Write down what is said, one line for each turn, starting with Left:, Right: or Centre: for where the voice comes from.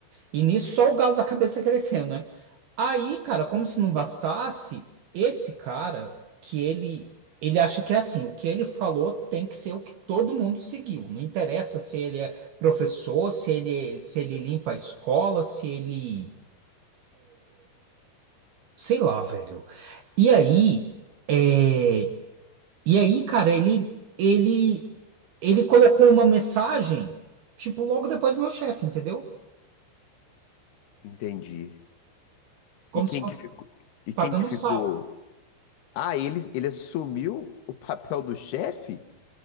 Right: E nisso só o galo da cabeça <laughs> crescendo, né? Aí, cara, como se não bastasse, esse cara que ele ele acha que é assim, o que ele falou tem que ser o que todo mundo seguiu. Não interessa se ele é professor, se ele se ele limpa a escola, se ele, sei lá, velho. E aí, é, e aí, cara, ele ele ele colocou uma mensagem, tipo, logo depois do meu chefe, entendeu?
Left: entendi.
Right: Como
Left: E quem
Right: se fosse
Left: que ficou? E quem
Right: pagando
Left: que ficou?
Right: um sapo.
Left: Ah, ele, ele assumiu o papel do chefe?